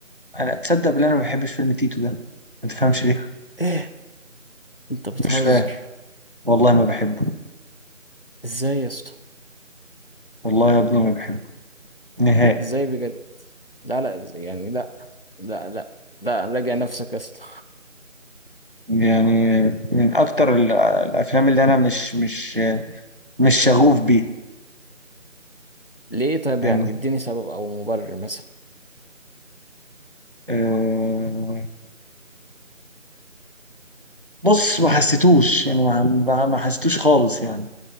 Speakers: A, on the right; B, on the left.
A: انا تصدق ان انا ما بحبش فيلم تيتو ده ما تفهمش ليه
B: إيه أنت بتهزر
A: مش فاهم والله ما بحبه
B: إزاي يا اسطى
A: والله يا ابني ما بحبه نهائي
B: ازاي بجد لا لا إز- يعني لا لا لا لا راجع نفسك يا اسطى
A: يعني من اكتر ال- الافلام اللي انا مش مش مش شغوف بيه
B: ليه طيب
A: فاهمني
B: يعني اديني سبب او مبرر مثلا
A: أه بص ما حسيتوش يعني ما ما- ما حسيتوش خالص يعني